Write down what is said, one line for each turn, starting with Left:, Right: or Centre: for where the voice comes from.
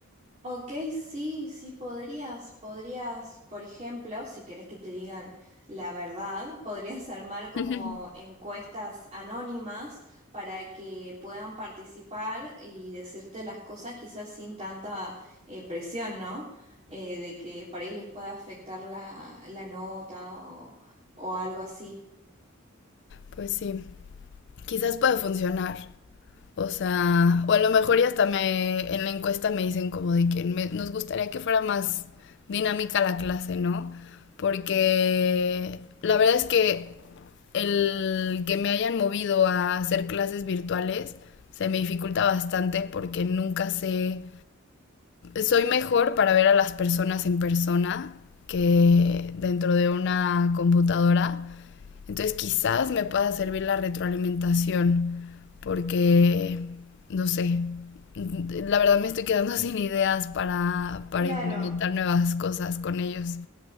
Right: Ok, sí, sí podrías, podrías, por ejemplo, si querés que te digan la verdad, podrías <laughs> armar como
Left: <laughs>
Right: encuestas anónimas para que puedan participar y decirte las cosas quizás sin tanta eh, presión, ¿no? Eh, de que por ahí les pueda afectar la, la nota o, o algo así.
Left: Pues sí, quizás pueda funcionar. O sea, o a lo mejor y hasta me, en la encuesta me dicen como de que me- nos gustaría que fuera más dinámica la clase, ¿no? Porque la verdad es que el que me hayan movido a hacer clases virtuales se me dificulta bastante porque nunca sé, soy mejor para ver a las personas en persona que dentro de una computadora. Entonces quizás me pueda servir la retroalimentación porque, no sé, la verdad me estoy quedando <laughs> sin ideas para, para
Right: Claro,
Left: implementar nuevas cosas con ellos.